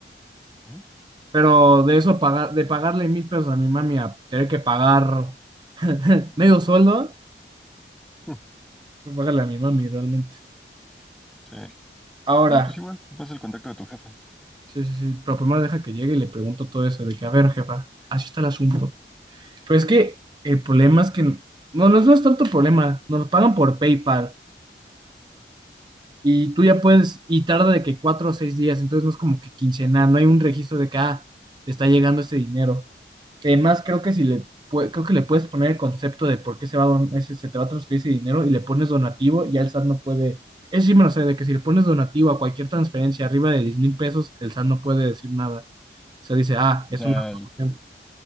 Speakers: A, in the centre; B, on the right.
A: Ujú.
B: Pero de eso pagar, de pagarle mil pesos a mi mami a tener que pagar <laughs> medio sueldo,
A: <laughs>
B: Pues págale a mi mami, realmente.
A: Sí,
B: Ahora,
A: sí, pues igual, me pasa el contacto de tu jefa.
B: sí, sí, sí, pero primero deja que llegue y le pregunto todo eso, de que, a ver, jefa, así está el asunto. Pero es que el problema es que, no, no, no es tanto problema, nos pagan por PayPal. y tú ya puedes, y tarda de que cuatro o seis días, entonces no es como que quincenal, no hay un registro de que, ah, le está llegando este dinero. Además, creo que si le, pue- creo que le puedes poner el concepto de por qué se va a don- ese- se te va a transferir ese dinero y le pones donativo, ya el SAT no puede, eso sí me lo sé, de que si le pones donativo a cualquier transferencia arriba de diez mil pesos, el SAT no puede decir nada. O sea, dice, ah,
A: O
B: es
A: sea,
B: una
A: el-
B: donación.